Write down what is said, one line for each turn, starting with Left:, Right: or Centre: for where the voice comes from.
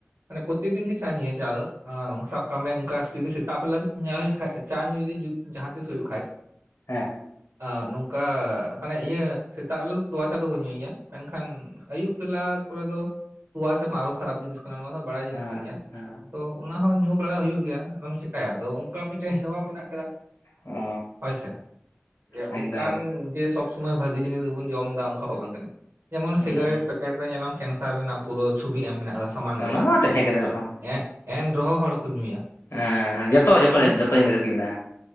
Right: ᱢᱟᱱᱮ ᱯᱨᱚᱛᱮᱠ ᱫᱤᱱ ᱜᱮ ᱪᱟ ᱧᱩᱭᱟ ᱪᱟ ᱫᱚ ᱥᱟᱵ ᱠᱟᱜ ᱢᱮ ᱚᱱᱠᱟ ᱡᱩᱫᱤ ᱥᱮᱛᱟᱜ ᱵᱮᱞᱟ ᱧᱮᱞ ᱦᱩᱭᱩᱜ ᱠᱷᱟᱡ ᱪᱟ ᱧᱩ ᱡᱩᱫᱤ ᱡᱟᱦᱟᱸ ᱛᱤᱥ ᱦᱩᱭᱩᱜ ᱠᱷᱟᱡ
Left: ᱦᱮᱸ
Right: ᱟᱸ ᱱᱚᱝᱠᱟ ᱢᱟᱱᱮ ᱤᱭᱟᱹ ᱥᱮᱛᱟᱜ ᱵᱮᱞᱟ ᱫᱚ ᱛᱚᱣᱟ ᱪᱟ ᱫᱚ ᱵᱟᱹᱧ ᱧᱩᱭᱜᱮᱭᱟ ᱢᱮᱱᱠᱷᱟᱱ ᱟᱹᱭᱩᱵ ᱵᱮᱞᱟ ᱠᱚᱨᱮ ᱫᱚ ᱛᱚᱣᱟ ᱪᱟ ᱢᱟ ᱟᱨᱦᱚᱸ ᱠᱷᱟᱨᱟᱯ ᱡᱤᱱᱤᱥ ᱠᱟᱱᱟ ᱱᱚᱣᱟ ᱵᱟᱲᱟᱭ ᱡᱤᱱᱤᱥ
Left: ᱦᱮᱸ
Right: ᱠᱟᱱ ᱜᱮᱭᱟ
Left: ᱦᱮᱸ
Right: ᱛᱚ ᱚᱱᱟ ᱦᱚᱸ ᱧᱩ ᱵᱟᱲᱟ ᱦᱩᱭᱩᱜ ᱜᱮᱭᱟ, ᱟᱫᱚᱢ ᱪᱮᱠᱟᱭᱟ ᱟᱫᱚ ᱚᱱᱠᱟ ᱢᱤᱫᱴᱟᱝ ᱦᱮᱣᱟ ᱢᱮᱱᱟᱜ ᱟᱠᱟᱫ-ᱟ
Left: ᱚ
Right: ᱦᱚᱭᱥᱮ ᱡᱮ ᱚᱱᱠᱟᱱ
Left: ᱮᱠᱫᱚᱢ
Right: ᱡᱮ ᱥᱚᱵ ᱥᱚᱢᱚᱭ ᱵᱷᱟᱜᱤ ᱡᱤᱱᱤᱥ ᱜᱮᱵᱚᱱ ᱡᱚᱢ ᱮᱫᱟ ᱚᱱᱠᱟ ᱦᱚᱸ ᱵᱟᱢ ᱢᱮᱱ ᱫᱟ, ᱡᱮᱢᱚᱱ
Left: ᱦᱩᱸ
Right: ᱥᱤᱜᱟᱨᱮᱴ ᱯᱮᱠᱮᱴ ᱨᱮ ᱧᱮᱞᱟᱢ ᱠᱮᱱᱥᱟᱨ ᱨᱮᱱᱟᱜ ᱯᱩᱨᱟᱹ ᱪᱷᱩᱵᱤ ᱟᱭ ᱢᱮᱱᱮ ᱟᱞᱮ ᱥᱟᱢᱟᱝ
Left: ᱚᱱᱟ
Right: ᱨᱮ
Left: ᱢᱟ ᱛᱟᱦᱮᱸ ᱠᱟᱛᱮ ᱨᱮᱦᱚᱸ
Right: ᱮ ᱮᱱᱨᱮᱦᱚᱸ ᱦᱚᱲ ᱠᱚ ᱧᱩᱭᱟ
Left: ᱦᱮᱸ ᱡᱚᱛᱚ ᱡᱚᱛᱚ
Right: ᱦᱳᱭ ᱥᱮ
Left: ᱡᱚᱛᱚ ᱡᱤᱱᱤᱥ ᱨᱮᱜᱮ ᱢᱮᱱᱟᱜᱼᱟ